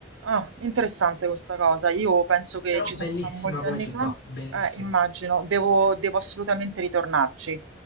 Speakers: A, on the right; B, on the left.
A: ah, interessante questa cosa. Io penso che
B: Però
A: ci
B: bellissima
A: sono stata molti
B: come
A: anni
B: città,
A: fa.
B: bellissima.
A: Eh, immagino, devo, devo assolutamente ritornarci.